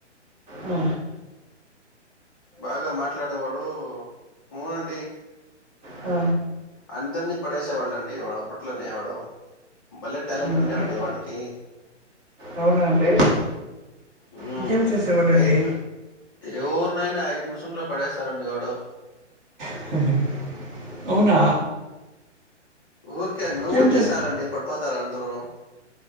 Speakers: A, on the right (about 20°); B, on the left (about 20°).
A: ఉ
B: బాగా మాట్లాడేవాడు వు అండి
A: ఆ
B: అందరినీ పడేసేవాళ్ళండి వాడు అప్పట్లోనేవాడు భలే టాలెంట్
A: ఉమ్,
B: ఉండే
A: ఇంకేం
B: వండి వాడికి
A: అవునా అండి
B: హ్మ్.
A: ఇంకేం చేసేవాడండి
B: ఐదు ని- ఎవరినైనా ఐదు నిమిషంలో పడేస్తాడండి వాడు
A: హె హె అవునా
B: ఊరికే నవ్వుతేే
A: ఇంకేం చేసే
B: సాలండి పడిపోతారు అందరను